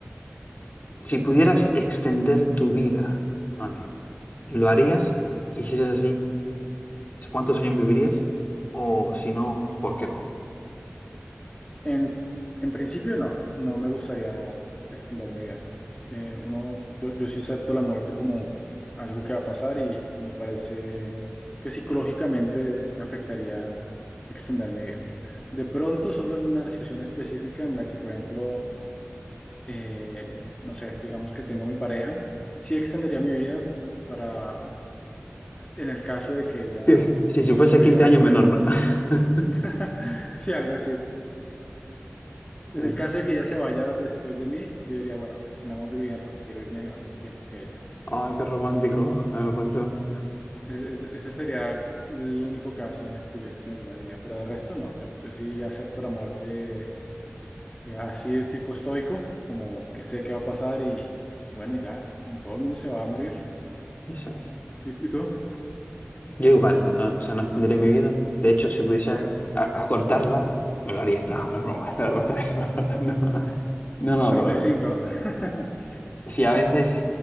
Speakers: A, on the left; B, on the left.
A: si pudieras extender tu vida, ¿vale? ¿Lo harías? Y si es así, ¿cuántos años vivirías? O si no, ¿por qué no?
B: En, en principio no, no me gustaría extender mi vida. Eh, uno, yo, yo sí acepto la muerte como algo que va a pasar y, y me parece que psicológicamente me afectaría extender mi vida. De pronto, solo en una situación específica en la que, por ejemplo, eh, no sé, digamos que tengo mi pareja, sí extendería mi vida para, pues, en el caso de que ella
A: Sí, sí, si
B: muriera
A: fuese 15 años
B: después.
A: menor, ¿no? <laughs>
B: <laughs> Sí, algo así.
A: No.
B: En el caso de que ella se vaya después de mí, yo diría, bueno, extendamos mi vida porque quiero irme al mismo tiempo que ella.
A: Ay, qué romántico. Ah, me cuento.
B: E- e- ese sería el único caso en el que yo extendería mi vida, pero de resto no, yo, yo sí acepto la muerte eh, así de tipo estoico, como que sé qué va a pasar y, y bueno, ya, todo el mundo se va a morir.
A: Eso es.
B: ¿Y, y tú?
A: Yo igual, no, o sea, no extendería mi vida. De hecho, si pudiese a- a- acortarla, me lo haría. No, no es broma, no lo acortaré, <laughs> No, no, no, no,
B: 35.
A: pero
B: <laughs>
A: si a veces,